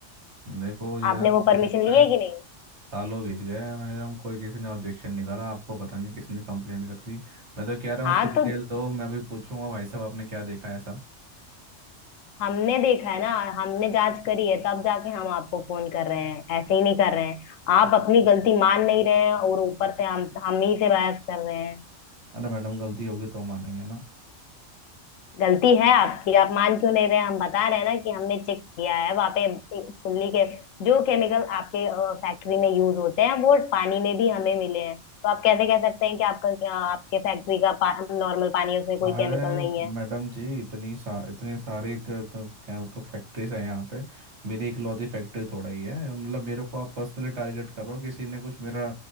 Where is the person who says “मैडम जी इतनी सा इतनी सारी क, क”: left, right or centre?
Right